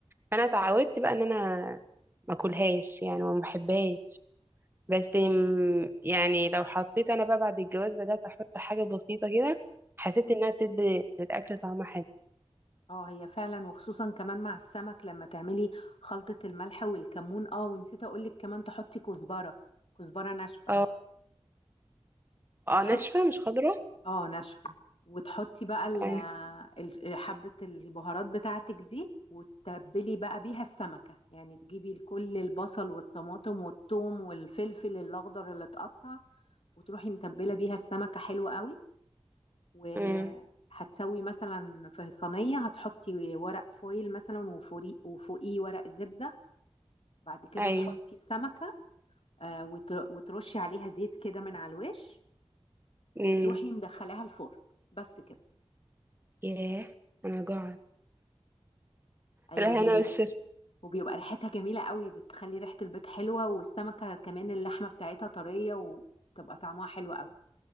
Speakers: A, on the right; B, on the left.
A: فانا اتعودت بقى ان انا ما اكلهاش يعني وما بحبهاش بس م- يعني لو حطيت انا بقى بعد الجواز بدات احط حاجه بسيطه كده حسيت انها بتدي للاكل طعم حلو
B: اه هي فعلا وخصوصا كمان مع السمك لما تعملي خلطة الملح والكمون اه ونسيت اقولك كمان تحطي كزبرة كزبرة ناشفة
A: اه اه
B: وتحطي
A: ناشفه مش خضره
B: اه ناشفة وتحطي بقى ال-
A: ايوه
B: ال- حبة البهارات بتاعتك دي وتتبلي بقى بيها السمكة يعني تجيبي كل البصل والطماطم والثوم والفلفل الأخضر اللي اتقطع وتروحي متبلة بيها السمكة حلو قوي وهتسوي
A: امم
B: مثلا في صينية هتحطي ورق فويل مثلا وفوري- وفوقيه ورق زبدة بعد كده
A: ايوه
B: تحطي السمكة آه، وت- وترشي عليها زيت كده من على الوش
A: امم
B: وتروحي مدخلاها الفرن بس كده
A: ياه انا جوعت
B: ايوه
A: لا
B: هي
A: انا مش شفت
B: وبيبقى ريحتها جميلة قوي بتخلي ريحة البيت حلوة والسمكة كمان اللحمة بتاعتها طرية وتبقى طعمها حلو قوي